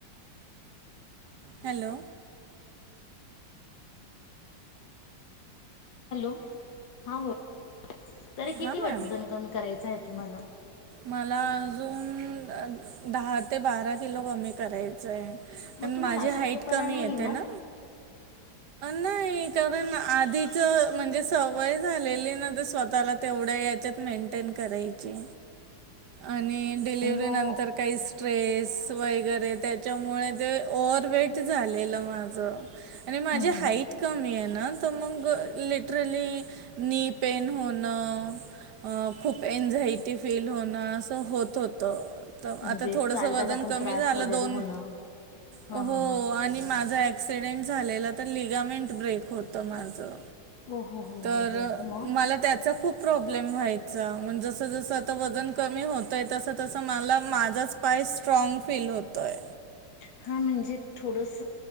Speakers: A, on the right; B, on the left.
A: हॅलो.
B: हॅलो, हां बो तरी किती
A: हां मॅम
B: वटजन कमी करायचा तुम्हाला?
A: मला अजून दहा ते बारा किलो कमी करायचं आहे.
B: मग
A: आणि
B: तुम्हाला
A: माझी
B: अशक्तपणा
A: हाईट कमी
B: नाही
A: येते
B: येणार
A: ना. नाही कारण आधीच म्हणजे, सवय झालेली ना तर स्वतःला तेवढ्या याच्यात मेंटेन करायची. आणि डिलिवर्हरीनंतर
B: आणि मग
A: काही स्ट्रेस <unintelligible> वगैरे त्याच्यामुळे ते ओव्हरवेट झालेलं माझं. आणि माझी
B: हं, हं,
A: हाईट
B: हं.
A: कमी आहे ना. तर मग लिटरली नी पेन होणं खूप एनझाय टि फील होणं असं होत होतं.
B: म्हणजे
A: आता थोडस
B: चालताना
A: वजन
B: पण
A: कमी
B: त्रास
A: झालं
B: वगैरे
A: दोन,
B: होणं हां
A: हो
B: हां हां
A: आणि माझा एक्सिडेंट झालेलं तर लिगामेंट ब्रेक होतं माझं.
B: ओ हो हो
A: तर
B: हो हो मग
A: मला त्याचा खूप प्रॉब्लेम व्हायचा म्ह जस जस वजन कमी होतय तस तस मला माझच पाय स्ट्रांग फील होतोय‌
B: हा म्हणजे, थोडस